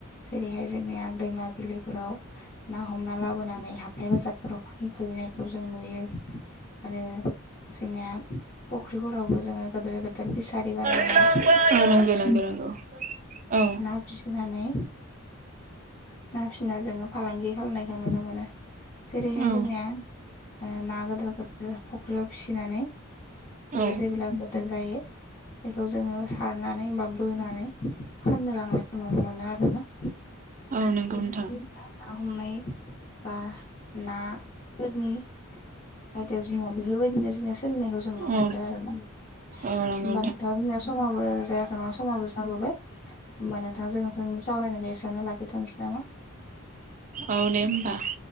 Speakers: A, on the left; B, on the right.
A: जेरैहाय जोंनिया दैमा बिलिफोराव ना हमना लाबोनानै हाथाय बाजारफोराव फानफैनायखौ जों नुयो आरो जोंनिया फुख्रिफोरावबो जोङो गिदेर गेदेर फिसारि बानायना
B: औ
A: ना
B: नंगौ
A: फि
B: नंगौ नंगौ औ
A: ना फिसिनानै ना फिना जोङो फालांगि खालामनायखौ नुनो मोनो जेरैहाय
B: औ
A: जोंनिया ना गोदोर गोदोर फख्रियाव फिसिनानै बेयो
B: औ
A: जेब्ला गोदोर जायो बेखौ जोङो सारनानै बा बोनानै फाननो लांनायखौ नुनो मोनो आरोना
B: औ नंगौ
A: बिदिनो
B: नोंथां
A: ना हमनाय बा नाफोरनि आयदायाव जोंना बेफोरबायदिनो जोंनिया सोलिनायखौ जों नुनो
B: औ
A: मोनदों आरो ना हमबा
B: औ नंगौ
A: नोंथां जोंनिया समाबो जायाखै नङा समाबो जाबोबाय होमबा नोंथां जों जोंनि सावरायनायखौ एसेयावनो लाखिथनोसै नामा
B: औ दे होमबा